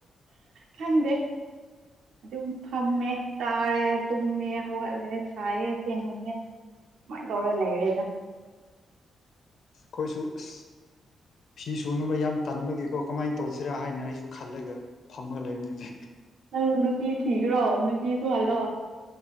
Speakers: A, on the right; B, on the left.
A: ꯈꯪꯗꯦ ꯑꯗꯨꯝ ꯐꯝꯃꯦ ꯇꯥꯔꯦ ꯇꯨꯝꯃꯦ ꯍꯧꯒꯠꯂꯦ ꯁꯥꯏꯌꯦ ꯐꯦꯟ ꯍꯨꯝꯃꯦ ꯃꯥꯏ ꯇꯧꯔ ꯂꯩꯔꯦꯗ
B: ꯈꯣꯏꯁꯨ ꯑꯁ ꯐꯤ ꯁꯨꯅꯕ ꯌꯥꯝ ꯇꯟꯕꯒꯤꯀꯣ ꯀꯃꯥꯏꯅ ꯇꯧꯁꯤꯔꯥ ꯍꯥꯏꯅ ꯑꯩꯁꯨ ꯈꯜꯂꯒ ꯐꯝꯃ ꯂꯩꯝꯅꯤꯅꯦ
A: ꯅꯪ ꯅꯨꯄꯤ ꯊꯤꯈ꯭ꯔꯣ ꯅꯨꯄꯤ ꯁꯨꯍꯜꯂꯣ